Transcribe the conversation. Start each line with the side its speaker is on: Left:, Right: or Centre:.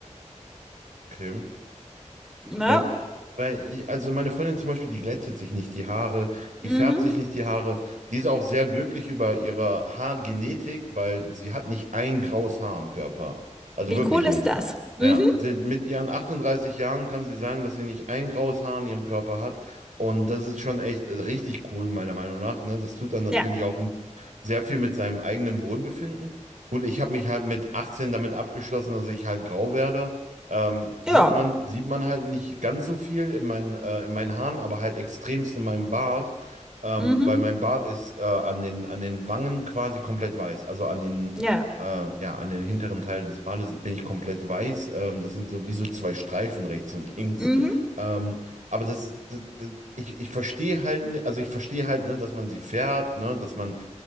Right: Okay.
Centre: Äh, ne?
Right: Weil, weil, also meine Freundin zum Beispiel, die glättet sich nicht die Haare, die
Centre: mhm.
Right: färbt sich nicht die Haare. Die ist auch sehr glücklich über ihre Haargenetik, weil sie hat nicht ein graues Haar am Körper. Also
Centre: Wie
Right: wirklich
Centre: cool
Right: nicht.
Centre: ist das? Mhm.
Right: Ja, sie, mit ihren 38 Jahren kann sie sagen, dass sie nicht ein graues Haar an ihrem Körper hat. Und das ist schon echt äh, richtig cool, meiner Meinung nach. Ne? Das tut dann natürlich
Centre: Ja.
Right: auch ein- sehr viel mit seinem eigenen Wohlbefinden. Gut, ich habe mich halt mit 18 damit abgeschlossen, dass ich halt grau werde. Ähm, sieht
Centre: Ja.
Right: man, sieht man halt nicht ganz so viel in meinen, äh, in meinen Haaren, aber halt extremst in meinem Bart, ähm,
Centre: Mhm.
Right: weil mein Bart ist äh, an den, an den Wangen quasi komplett weiß. Also an den,
Centre: Ja.
Right: äh, ja, an den hinteren Teil des Bartes bin ich komplett weiß. Ähm, das sind so wie so zwei Streifen rechts und links.
Centre: Mhm.
Right: Ähm, aber das, das, das ich, ich verstehe halt, ne- also ich verstehe halt, ne, dass man sie färbt, ne, dass man